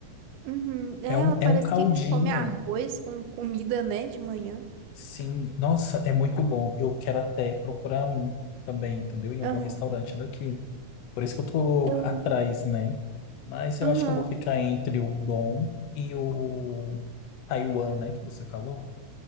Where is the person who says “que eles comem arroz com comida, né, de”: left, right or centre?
Right